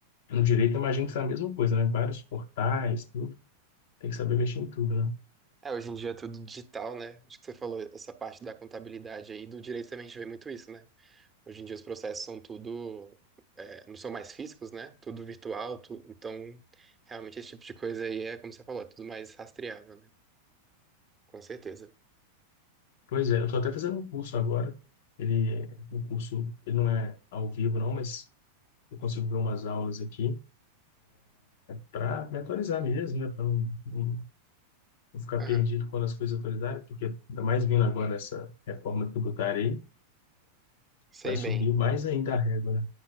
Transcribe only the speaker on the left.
No direito, eu imagino que é a mesma coisa, né? Vários portais, tudo. Tem que saber mexer em tudo, né?
Pois é, eu estou até fazendo um curso agora. Ele, é- o curso, ele não é ao vivo, não, mas eu consigo ver umas aulas aqui para me atualizar mesmo, né? Para não, não- não ficar
perdido quando as coisas atualizarem, porque ainda mais vindo agora essa reforma tributária aí,
vai subir
mais ainda a régua, né?